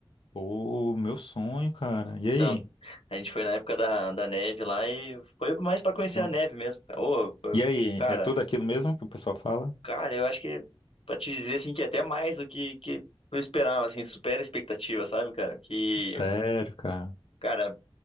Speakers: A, on the left; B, on the left.
A: Pô, meu sonho, cara. E aí?
B: Então, a gente foi na época da, da neve lá e foi mais pra conhecer
A: Ó.
B: a neve mesmo. Ô,
A: E aí,
B: cara,
A: é tudo aquilo mesmo que o pessoal fala?
B: cara, eu acho que pra te dizer assim que é até mais do que, que eu esperava, assim, supera a expectativa, sabe, cara? Que,
A: Sério, cara.
B: cara,